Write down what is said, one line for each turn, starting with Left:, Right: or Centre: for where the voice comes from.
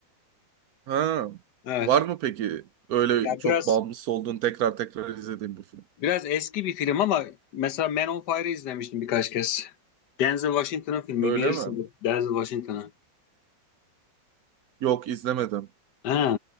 Right: Ha.
Left: Evet.
Right: Var mı peki? Öyle
Left: Ya
Right: çok
Left: biraz
Right: bağımlısı olduğun tekrar tekrar izlediğin bir film.
Left: biraz eski bir film ama mesela Man on Fire'ı izlemiştim birkaç kez. Denzel Washington'ın filmi
Right: Öyle
Left: bilirsin.
Right: mi?
Left: Denzel Washington'ı.
Right: Yok izlemedim.
Left: He,